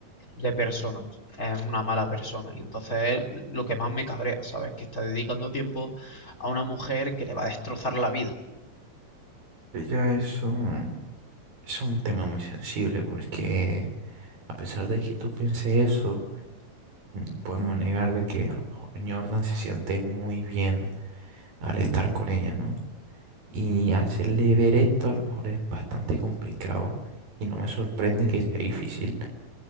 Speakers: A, on the left; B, on the right.
A: de persona. Es una mala persona. Y entonces es lo que más me cabrea, ¿sabes? Que está dedicando tiempo a una mujer que le va a destrozar la vida.
B: Ya es un, es un tema muy sensible, porque a pesar de que tú pienses eso, no podemos negar de que a lo mejor Jordan se siente muy bien al estar con ella, ¿no? Y hacerle ver esto a lo mejor es bastante complicado y no me sorprende que sea difícil.